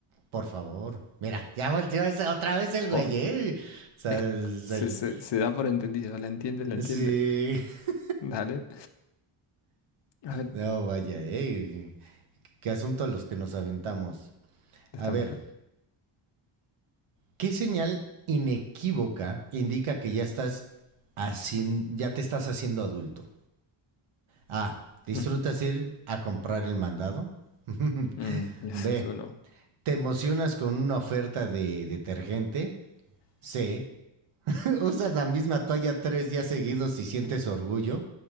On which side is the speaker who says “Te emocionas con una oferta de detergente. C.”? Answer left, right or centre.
Right